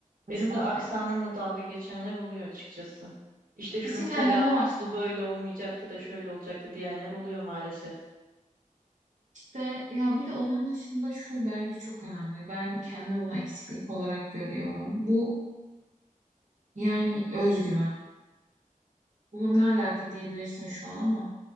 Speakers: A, on the right; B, on the right.
A: konuşmaktan.
B: Benim de aksanımla dalga geçenler oluyor açıkçası. İşte şunu
A: Kesin kendilerine
B: telaffuzu
A: bak.
B: böyle olmayacaktı da şöyle olacaktı diyenler oluyor maalesef.
A: İşte ya bir de onun dışında şu bence çok önemli. Ben kendimi bunu eksiklik olarak görüyorum. Bu yani özgüven. Bu ne alaka diyebilirsin şu an ama